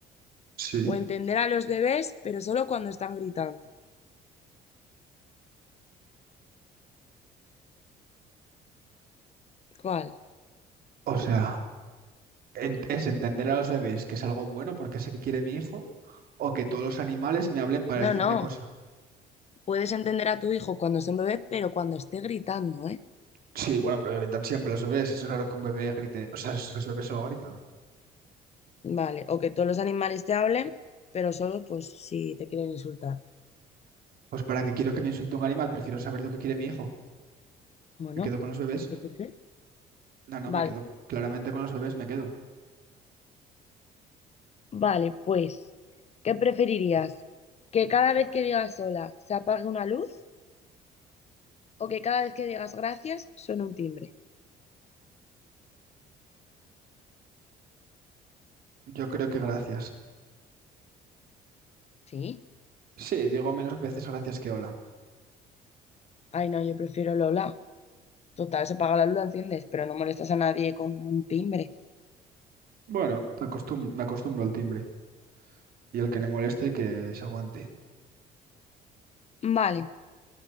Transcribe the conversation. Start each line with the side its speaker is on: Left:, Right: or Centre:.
Right: Sí.
Left: ¿O entender a los bebés, pero solo cuando están gritando? ¿Cuál?
Right: O sea, en- es entender a los bebés que es algo bueno porque sé que quiere mi hijo o que todos los animales me hablen para
Left: no,
Right: decirme
Left: no.
Right: cosas.
Left: Puedes entender a tu hijo cuando sea un bebé, pero cuando esté gritando, ¿eh?
Right: Sí, bueno, pero gritan siempre los bebés. Eso es raro que un bebé grite. O sea, si los bebés solo gritan.
Left: Vale. ¿O que todos los animales te hablen, pero solo pues si te quieren insultar?
Right: Pues para qué quiero que me insulte un animal, prefiero saber lo que quiere mi hijo.
Left: Bueno,
Right: ¿Me quedo con los bebés?
Left: yo qué sé.
Right: No, no,
Left: Vale,
Right: me quedo co- claramente con los bebés, me quedo.
Left: vale, pues, ¿qué preferirías? ¿Que cada vez que digas sola se apague una luz? O que cada vez que digas gracias suene un timbre.
Right: Yo creo que gracias.
Left: Sí.
Right: Sí, digo menos veces gracias que hola.
Left: Ay, no, yo prefiero Lola. Total, se apaga la luz, la enciendes, pero no molestas a nadie con un timbre.
Right: Bueno, me acostum- me acostumbro al timbre. Y el que le moleste, que se aguante.
Left: Vale,